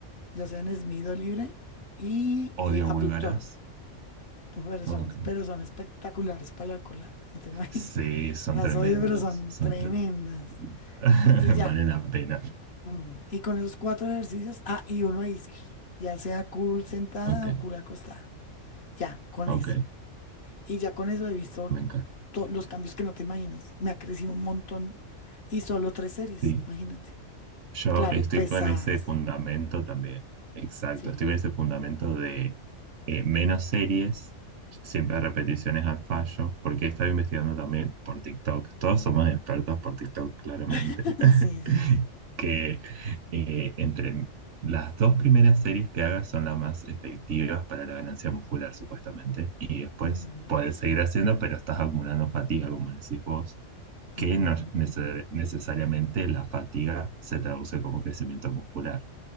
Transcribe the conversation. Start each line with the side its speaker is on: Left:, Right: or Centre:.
Left: ya sea en Smith o libre, y
Right: Odio
Left: eh, abductor.
Right: búlgaras.
Left: Pero son,
Right: Ok.
Left: pero son espectaculares para la cola, no te <laughs> imaginas.
Right: Sí, son
Left: Las
Right: tremendos.
Left: odio, pero son
Right: Son
Left: tremendas.
Right: tremendos. <laughs>
Left: Y ya.
Right: Vale la pena.
Left: mm, Y con esos cuatro ejercicios, ah, y uno de isquios, ya sea curl sentada
Right: Ok.
Left: o curl acostada. Ya, con
Right: Ok.
Left: eso. Y ya con eso he visto
Right: Me encanta.
Left: todos los cambios que no te imaginas. Me ha crecido un montón y solo tres series,
Right: Sí.
Left: imagínate.
Right: Yo
Left: Claro,
Right: estoy
Left: pesadas.
Right: con ese fundamento también. Exacto,
Left: Sí.
Right: estoy con ese fundamento de eh, menos series, siempre repeticiones al fallo, porque he estado investigando también por TikTok. Todos somos expertos por TikTok, claramente.
Left: <laughs>
Right: <laughs>
Left: Sí, sí, sí.
Right: Que eh, entre las dos primeras series que hagas son las más efectivas para la ganancia muscular, supuestamente. Y después
Left: Ujú,
Right: puedes seguir haciendo, pero estás acumulando fatiga, como decís vos que
Left: ujú.
Right: no neces- necesariamente la fatiga se traduce como crecimiento muscular.